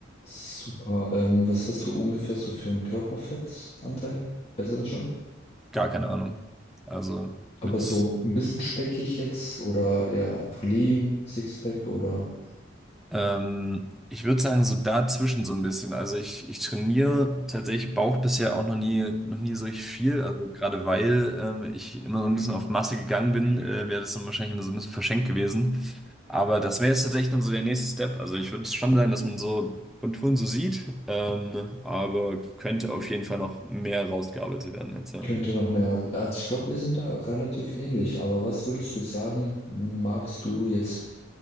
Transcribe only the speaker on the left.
Super. Ähm, was hast du ungefähr so für einen Körperfettanteil? Weißt du das schon?
Aber
so ein bisschen speckig jetzt oder eher einfach lean, Sixpack oder
könnte noch mehr. Also ich glaube, wir sind da relativ ähnlich. Aber was würdest du sagen, magst du jetzt,